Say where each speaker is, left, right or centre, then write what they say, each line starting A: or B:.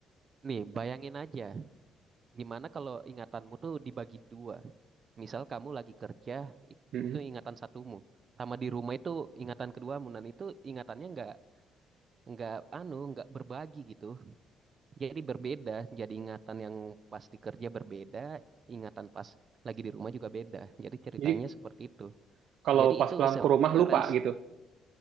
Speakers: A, on the right; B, on the right.
A: nih bayangin aja. Gimana kalau ingatanmu tuh dibagi dua? Misal kamu lagi kerja, itu
B: hmm.
A: ingatan satumu. Sama di rumah itu ingatan keduamu. Dan itu ingatannya nggak nggak anu nggak berbagi gitu. Jadi berbeda. Jadi ingatan yang pas di kerja berbeda, ingatan pas lagi di rumah juga beda. Jadi ceritanya
B: Jadi
A: seperti itu.
B: kalau
A: Jadi
B: pas
A: itu
B: pulang
A: severance
B: ke rumah lupa gitu.